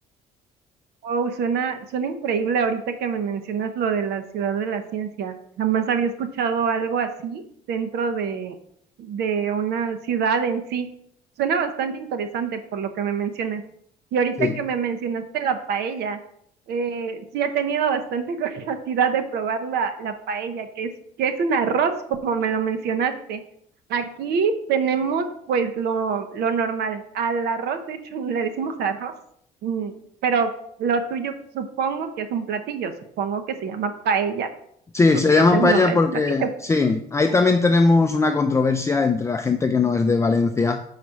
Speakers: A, on the right; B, on the left.
A: Wow, suena, suena increíble ahorita que me mencionas lo de la ciudad de la ciencia. Jamás había escuchado algo así dentro de, de una ciudad en sí. Suena bastante interesante por lo que me mencionas. Y ahorita
B: Sí.
A: que me mencionaste la paella, eh, sí he tenido bastante <laughs> curiosidad de probar la, la paella, que es, que es un arroz, como me lo mencionaste. Aquí tenemos pues lo, lo normal. Al arroz, de hecho, le decimos arroz. mm, pero lo tuyo supongo que es un platillo, supongo que se llama paella
B: Sí,
A: porque
B: se llama
A: es el
B: paella
A: nombre
B: porque
A: del platillo.
B: sí, ahí también tenemos una controversia entre la gente que no es de Valencia,